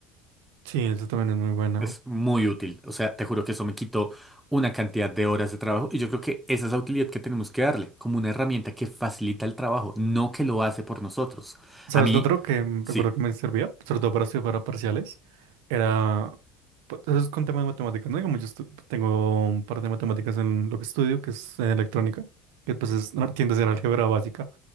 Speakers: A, on the right; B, in the centre.
A: Sí, eso también es muy bueno.
B: Es muy útil. O sea, te juro que eso me quitó una cantidad de horas de trabajo y yo creo que esa es la utilidad que tenemos que darle, como una herramienta que facilita el trabajo, no que lo hace por nosotros.
A: ¿Sabes?
B: A mí,
A: Lo otro que mm,
B: sí.
A: recuerdo que me servía, sobre todo para estudiar para parciales, era... pues, Eso es con tema de matemáticas, ¿no? Digamos, yo estu- tengo un par de matemáticas en lo que estudio, que es eh, electrónica, que pues es, no, tiende a ser álgebra básica.